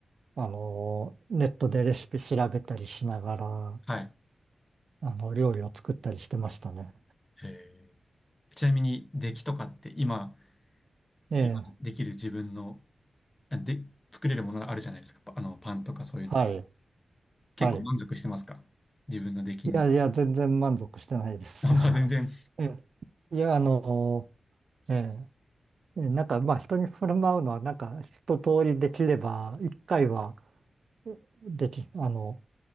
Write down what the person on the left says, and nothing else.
はい。
へえ。ちなみに、出来とかって今、
今できる自分の、あで、作れるものあるじゃないですか。パあの、パンとかそういうの。
結構満足してますか自分の出来に。
<laughs> あ、まあ全然。